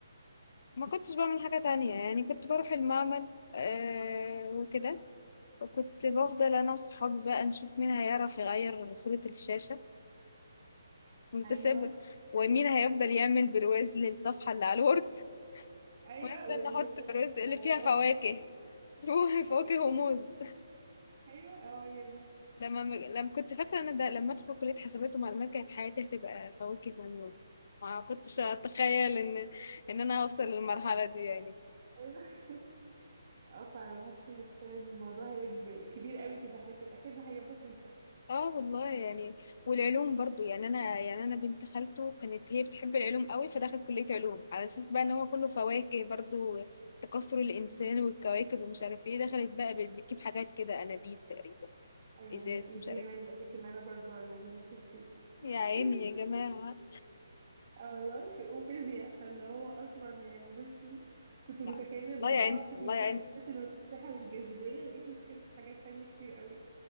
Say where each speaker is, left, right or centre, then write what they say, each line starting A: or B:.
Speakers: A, on the left; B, on the right.
A: ما كنتش باعمل حاجة تانية، يعني كنت باروح المعمل آآ وكده، وكنت بافضل
B: مم.
A: أنا وصحابي بقى نشوف مين هيعرف يغيّر صورة الشاشة نتسابق،
B: ايوه
A: ومين
B: آه.
A: هيفضل يعمل برواز للصفحة اللي على الوورد،
B: ايوه
A: ونفضل
B: والسلايد
A: نحط برواز
B: اللي
A: اللي
B: على
A: فيها
B: الباوربوينت
A: فواكه، <laughs>
B: <laughs>
A: فواكه وموز.
B: ايوه اه هي دي
A: لما لما كنت فاكرة أنا ده لما أدخل كلية حسابات ومعلومات كانت حياتي هتبقى فواكه ونوز ما كنتش أتخيل إن إن أنا أوصل للمرحلة دي يعني
B: <laughs> ايوه اه فعلا محدش كان يتخيل ان الموضوع هيكبر كبير قوي كده احنا كانت اخرنا حاجات بسيطة
A: اه والله يعني والعلوم برضو يعني أنا يعني أنا بنت خالته كانت هي بتحب العلوم قوي فدخلت كلية علوم على أساس بقى إن هو كله فواكه برضو تكاثر الإنسان
B: امم
A: والكواكب ومش عارف ايه دخلت بقى بت- بتجيب حاجات كده أنابيب تقريبا
B: ايوه
A: إزاز
B: يا
A: مش
B: دي
A: عارف
B: انا عايزه
A: ايه
B: اقولك ان انا برضو علوم نفس الشيء <laughs>
A: يا عيني يا جماعة
B: اه والله في وفيزياء فاللي هو اصلا يعني بصي كنت متخيله
A: لا
B: الموضوع
A: الله يعينكم
B: ابسط
A: الله
B: من
A: يعين
B: كده في حته إنه التفاحه والجاذبيه لقيتني دخلت في حاجات تانية كتير قوي